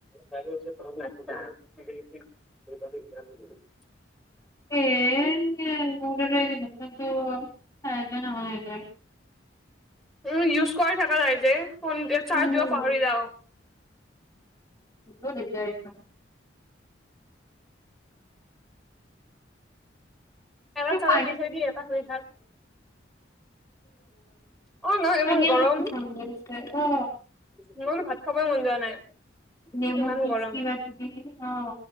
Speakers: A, in the centre; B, on the left (about 15°).
A: <inaudible>
B: <unintelligible> হয়নে নহয় গে।
A: ইউ-ইউজ কৰি থাকা নাই যে। ফোন চাৰ্জ
B: উম
A: দিব পাহৰি যাওঁ।
B: <unintelligible> <unintelligible> <unintelligible>
A: এটা চাৰ্জত দি থৈ দি এটা শুনি থাক অ নহয় ইমান
B: পনীয়া
A: গৰম
B: ভাত <inaudible> অ,
A: মই বোলো ভাত খাবই মন যোৱা নাই
B: নেমু
A: ইমান
B: জুছ
A: গৰম
B: কিবা কিবি অ,